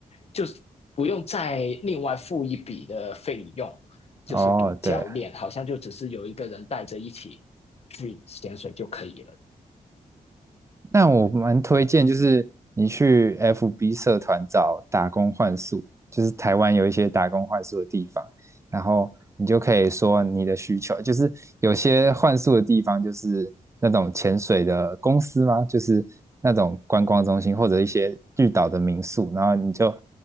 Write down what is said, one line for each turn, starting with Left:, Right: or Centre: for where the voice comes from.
Left: 就是不用再另外付一笔的费用，就是给教练，
Right: 哦，对啊，
Left: 好像就只是有一个人带着一起去潜水就可以了。
Right: 那我蛮推荐，就是你去 FB 社团找打工换宿，就是台湾有一些打工换宿的地方，然后你就可以说你的需求，就是有些换宿的地方就是那种潜水的公司吗？就是那种观光中心或者一些绿岛的民宿，然后你就